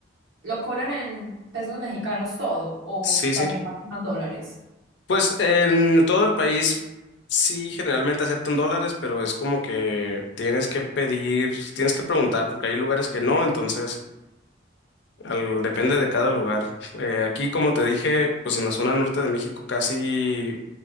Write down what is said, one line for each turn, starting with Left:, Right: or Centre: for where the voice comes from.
Right: lo cobran en pesos mexicanos todo, o
Left: Sí,
Right: también
Left: sí.
Right: manejan dólares.
Left: Pues en todo el país sí generalmente aceptan dólares, pero es como que tienes que pedir, tienes que preguntar, porque hay lugares que no, entonces al- depende de cada lugar. Eh, aquí, como te dije, pues en la zona norte de México casi,